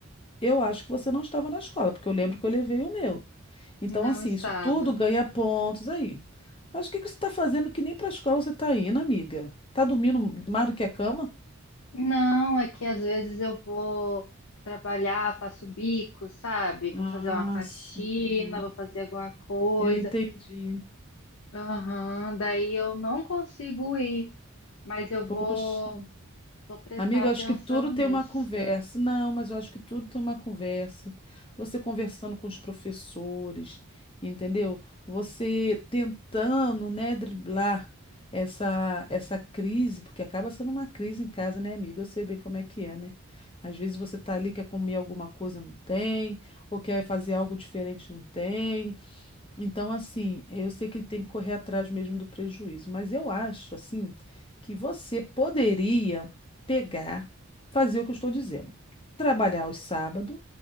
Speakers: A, on the left; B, on the left.
A: Eu acho que você não estava na escola, porque eu lembro que eu levei o meu. Então,
B: Não
A: assim,
B: estava.
A: isso tudo ganha pontos aí. Mas o que que você está fazendo que nem para a escola você está indo, amiga? tá dormindo mais do que a cama?
B: Não, é que às vezes eu vou trabalhar, faço bico, sabe?
A: Ah,
B: Vou fazer uma faxina,
A: sim.
B: vou fazer alguma coisa.
A: Eu entendi.
B: Aham, daí eu não consigo ir, mas eu
A: Poxa.
B: vou, vou prestar
A: Amigo,
B: atenção
A: eu acho que tudo tem
B: nisso.
A: uma conversa. Não, mas eu acho que tudo tem uma conversa. Você conversando com os professores, entendeu? Você tentando, né, driblar essa essa crise, porque acaba sendo uma crise em casa, né, amiga? Eu sei bem como é que é, né? Às vezes você tá ali, quer comer alguma coisa, não tem, ou quer fazer algo diferente, não tem. Então, assim, eu sei que tem que correr atrás mesmo do prejuízo, mas eu acho, assim, que você poderia pegar, fazer o que eu estou dizendo, trabalhar aos sábados